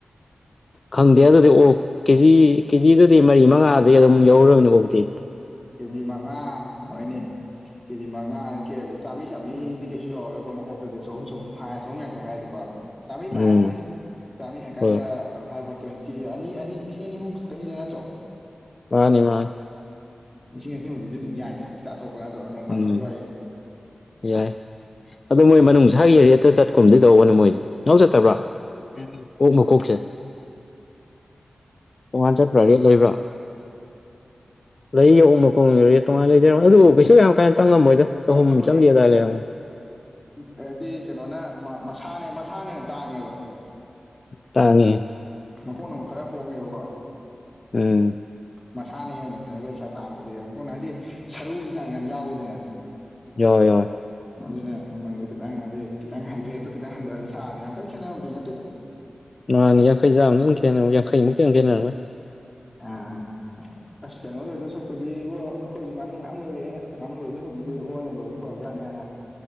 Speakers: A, on the left (about 50°); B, on the left (about 15°).
A: ꯈꯪꯗꯦ ꯑꯗꯨꯗꯤ ꯑꯣ ꯀꯦꯖꯤ ꯀꯦꯖꯤꯗꯗꯤ ꯃꯔꯤ ꯃꯉꯥꯗꯒꯤ ꯑꯗꯨꯝ ꯌꯧꯔꯕꯅꯤ ꯑꯣꯛꯇꯦ
B: ꯀꯦꯖꯤ ꯃꯉꯥ ꯍꯣꯏꯅꯦ ꯀꯦꯖꯤ ꯃꯉꯥ ꯀ ꯆꯥꯝꯔꯤ ꯆꯥꯝꯔꯤꯗꯤ ꯀꯩꯁꯨ ꯌꯥꯎꯔꯣꯏꯀꯣ ꯃꯈꯣꯛꯇꯗꯤ ꯆꯍꯨꯝ ꯆꯍꯨꯝ ꯍꯥꯏ ꯆꯍꯨꯝ ꯌꯥꯡꯈꯩ ꯍꯥꯏꯔꯁꯤꯀꯣ ꯆꯃꯤ ꯄꯥ
A: ꯎꯝ
B: ꯍꯥꯏꯁꯤꯅꯦ ꯆꯃꯤ ꯍꯀꯥꯟꯗꯥꯏ
A: ꯍꯣꯏ
B: ꯐ ꯇ꯭ꯋꯦꯟꯇꯤ ꯑꯅꯤ ꯑꯅꯤ ꯂꯤꯁꯤꯡ ꯑꯅꯤ ꯑꯍꯨꯝ ꯈꯛꯇꯅꯤꯗ ꯅꯠꯇ꯭ꯔꯣ
A: ꯃꯥꯅꯤ ꯃꯥꯅꯤ
B: ꯂꯤꯁꯤꯡ ꯑꯅꯤ ꯑꯍꯨꯝꯗꯨꯗꯤ ꯑꯗꯨꯝ ꯌꯥꯏꯗ ꯆꯥꯊꯣꯛꯄ ꯅꯠꯇ꯭ꯔꯒ ꯅꯣꯡ ꯐꯥꯗꯣꯛꯈꯤꯕ
A: ꯎꯝ
B: ꯋꯥꯔꯤꯅꯦ
A: ꯌꯥꯏ ꯑꯗꯣ ꯃꯣꯏ ꯃꯅꯨꯡ ꯁꯥꯒꯤ ꯑꯦꯔꯤꯦꯠꯇ ꯆꯠꯀꯨꯝꯗ ꯀꯗꯧꯕꯅꯦ ꯃꯣꯏꯁꯦ ꯉꯥꯎ ꯆꯠꯇꯕ꯭ꯔꯥ ꯀꯣꯛ ꯃꯀꯣꯛꯁꯦ ꯇꯣꯉꯥꯟ ꯆꯠꯄ꯭ꯔꯥ ꯔꯦ ꯂꯩꯕ꯭ꯔꯣ ꯂꯩ ꯌꯥꯎꯨꯝꯕꯀꯣꯡ ꯇꯣꯉꯅ ꯂꯩꯖꯔ ꯑꯗꯨꯕꯨ ꯀꯩꯁꯨ ꯌꯥꯝ ꯈꯤꯇꯪ ꯉꯝꯃꯣꯏꯗ
B: ꯀꯩꯅꯣ
A: ꯆꯍꯨꯝ
B: ꯇꯧꯕꯅꯦ
A: ꯆꯪꯒꯦ ꯑꯗꯨꯗꯥꯏ ꯂꯩꯔꯝꯣ
B: ꯍꯥꯏꯗꯤ ꯀꯩꯅꯣꯅ ꯃꯁꯥꯅꯦ ꯃꯁꯥꯅꯦꯅ ꯇꯥꯡꯉꯦꯕ
A: ꯇꯥꯉꯦ
B: ꯃꯈꯣꯟ ꯑꯃꯨ ꯈꯔ ꯍꯣꯡꯉꯦꯕꯀꯣ
A: ꯎꯝ
B: ꯃꯁꯥꯅ ꯍꯦꯟꯕꯅꯦꯕ ꯄꯩꯁꯥ ꯇꯥꯡꯕꯗꯤ ꯃꯈꯣꯏꯅ ꯍꯥꯏꯗꯤ ꯁꯔꯨꯒꯤ ꯆꯥꯡ ꯌꯥꯝ ꯌꯥꯎꯏꯤꯗꯅ
A: ꯍꯣꯏ ꯍꯣꯏ
B: ꯑꯗꯨꯅ ꯃꯃꯟꯗꯣ ꯈꯤꯇꯪ ꯍꯥꯏꯗꯤ ꯈꯤꯇꯪ ꯍꯟꯒꯦꯠꯇꯨ ꯈꯤꯇꯪ ꯍꯟꯊꯔ ꯁꯥꯔꯅꯤ ꯌꯥꯝ ꯀꯟꯅ ꯈꯦꯠꯅꯕꯗꯤ ꯅꯠꯇꯦꯗ
A: ꯃꯥꯥꯟꯅꯤ ꯌꯥꯡꯈꯩ ꯆꯥꯝ ꯅꯪ ꯈꯦ ꯌꯥꯡꯈꯩꯃꯨꯛ ꯀꯌꯥ ꯈꯦꯅꯔꯝꯃꯦ
B: ꯑꯥ ꯑꯁ ꯀꯩꯅꯣ ꯂꯣꯏꯗꯣꯏ ꯁꯄꯗꯤꯕꯨ ꯑꯩꯈꯣꯏꯁꯨ ꯉꯥꯅꯨ ꯃꯌꯥꯝ ꯂꯣꯏꯔꯦ ꯑꯩꯅ ꯉꯥꯅꯨ ꯂꯣꯏꯗꯣꯏ ꯁꯄꯗꯤ ꯑꯣꯏꯅ ꯂꯣꯏꯅ ꯐꯕꯖꯥꯅꯦ <unintelligible>